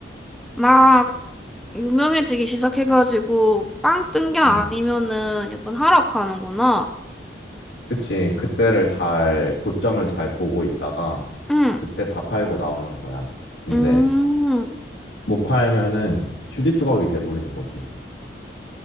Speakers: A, in the centre; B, on the left.
A: 막 유명해지기 시작해가지고 빵 뜬 게 아니면은
B: 음.
A: 약간 하락하는구나.
B: 그치. 그때를 잘, 고점을 잘 보고 있다가
A: 응,
B: 그때 다 팔고 나오는 거야. 근데
A: 음.
B: 못 팔면은 휴지 조각이 돼버리는 거지.